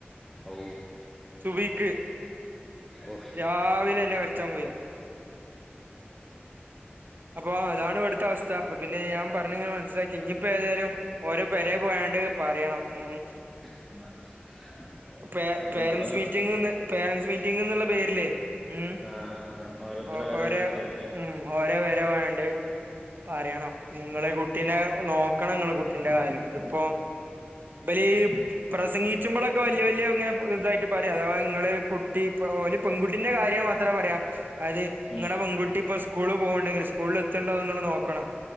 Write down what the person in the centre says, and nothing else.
ഓ
ഓഫ്
<unintelligible>
നമുക്ക്
ബോധം
ആ ആ ഓരോരുത്തർ
വേറെ
സെറ്റ് ചെയ്തല്ലേ
ഉം